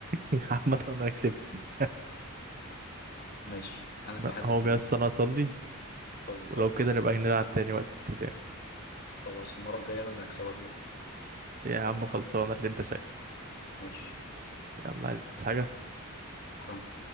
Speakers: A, on the right; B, on the left.
A: <laughs> عامة انا كسبت <laughs>
B: ماشي انا في
A: لا،
B: حد
A: هو
B: في دماغي
A: يا اسطى انا اصلي
B: طيب
A: ولو
B: خلاص
A: كده نبقى نلعب تاني وقت تاني
B: خلاص المره الجايه انا اللي هكسبك بقى
A: يا عم خلصانة اللي انت شايفه
B: ماشي
A: يلا عايز حاجة
B: شكرا